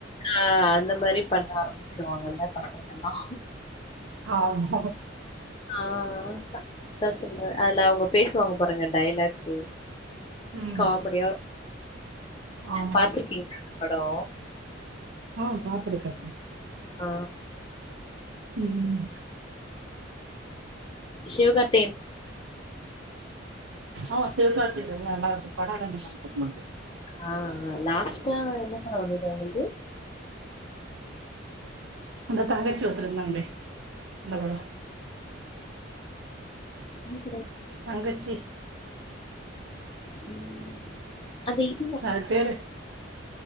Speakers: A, on the left; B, on the right.
A: ஆ அந்த மாரி பண்ண ஆரம்பிச்சிருவாங்கல்ல பசங்கெல்லா
B: ஆமா
A: ஆ அதா சொல்ற அதுல அவுங்க பேசுவாங்க பாருங்க டயலாக்கு
B: ம்
A: காமெடியார்க்
B: ஆமா
A: பாத்துருக்கீங் லோ
B: ஆ பாத்திருக்கே
A: ஆ
B: ம்
A: சிவகார்த்
B: ஆ சிவகார்த் நல்லாருக்கூ பட நல்லார்க்கூ அவுங்குள்து
A: ஆ லாஸ்டா என்ன பட வந்துது அவுங்கள்து
B: அந்த தங்கச்சி ஒருத்தர் இர்ந்தாங்ளே அந்த படோ
A: என்ன படோ
B: தங்கச்சி
A: ம் அந்த இதுவும்
B: அது பேரு